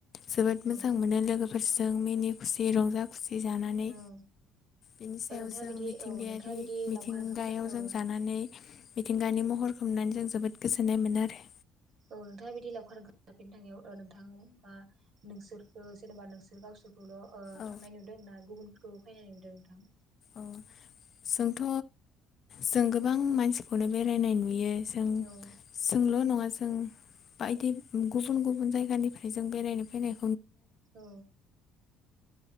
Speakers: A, on the left; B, on the right.
A: जोबोद
B: औ
A: मोजां मोनो लोगोफोरजों मिनि खुसि रंजा खुसि जानानै
B: औ
A: बिनि सायाव
B: ओ नोंथाङा
A: जों
B: बिदि
A: मिथिंगायारि
B: औ नोंथाङा बिदि
A: मिथिंगायाव
B: लावखार ओंखाम जा औ
A: जों जानानै मिथिंगानि महरखौ नुनानै जों जोबोद गोजोननाय मोनो आरो।
B: औ नोंथांङा बिदि लावखार ओंखाम जाफेरनो थांनायाव ओ नोंथां ओ नोंसोर ओ जेनेबा नोंसोर गावसोर ल' ओ
A: औ
B: थांनाय नुदों ना गुबुनफोरखौबो फैनाय नुदों नोंथां?
A: औ जोंथ' जों गोबां मानसिखौनो बेरायनाय नुयो। जों
B: औ
A: जोंल' नंङा जों बायदि गुबुन गुबुन जायगानिफ्राय जों बेरायनो फैनाय
B: औ।